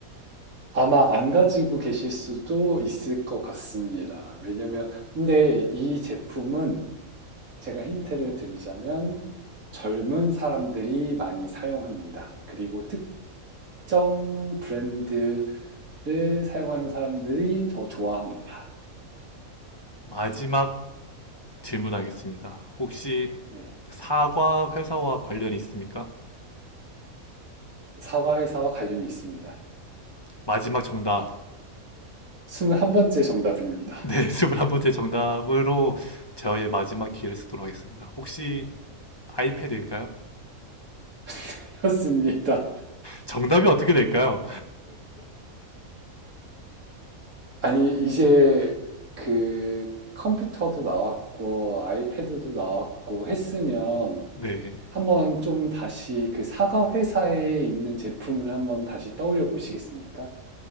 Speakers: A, on the right; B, on the left.
A: 아마 안 가지고 계실 수도 있을 것 같습니다. 왜냐면, 근데 이 제품은 제가 힌트를 드리자면 젊은 사람들이 많이 사용합니다. 그리고 특정 브랜드를 사용하는 사람들이 더 좋아합니다.
B: 마지막 질문하겠습니다. 혹시
A: 네.
B: 사과 회사와 관련이 있습니까?
A: 사과 회사와 관련이 있습니다.
B: 마지막 정답.
A: 물한번째 정답입니다.
B: 네, <laughs> 스물한번째 정답으로 저의 마지막 기회를 쓰도록 하겠습니다. 혹시 아이패드일까요?
A: <laughs> 였습니다.
B: 정답이 어떻게 될까요?
A: 아니, 이제 그 컴퓨터도 나왔고, 아이패드도 나왔고 했으면
B: 네.
A: 한번 좀 다시 그 사과 회사에 있는 제품을 한번 다시 떠올려 보시겠습니까?